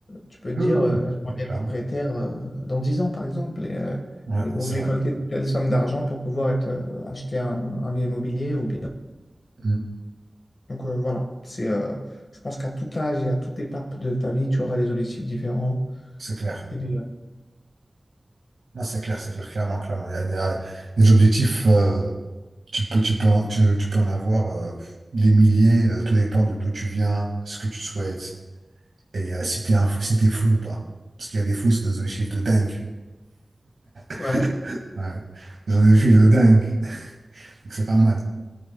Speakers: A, on the left (about 65°); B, on the right (about 80°).
A: tu peux te
B: Oui,
A: dire,
B: oui,
A: euh, j'aimerais
B: oui,
A: bien
B: clairement.
A: être propriétaire euh, dans 10 ans, par exemple, et, euh,
B: Ouais,
A: et donc
B: c'est
A: récolter
B: vrai.
A: telle somme d'argent pour pouvoir être, euh, acheter un, un bien immobilier ou
B: Mm,
A: Donc euh, voilà, c'est, euh, je pense qu'à tout âge et à toute étape de ta vie, tu auras des objectifs différents.
B: c'est clair.
A: Et des-
B: Non, c'est clair, c'est clair, clairement, clairement. Il y a des, des objectifs, euh, tu peux, tu peux en, tu, tu peux en avoir euh, des milliers, euh, tout dépend de d'où tu viens, ce que tu souhaites, et euh, si t'es un, fou- si t'es fou ou pas. Parce qu'il y a des fous, c'est des objectifs de dingue. <laughs>
A: ouais,
B: Ouais, j'en ai vu de dingue. <laughs> Donc c'est pas mal.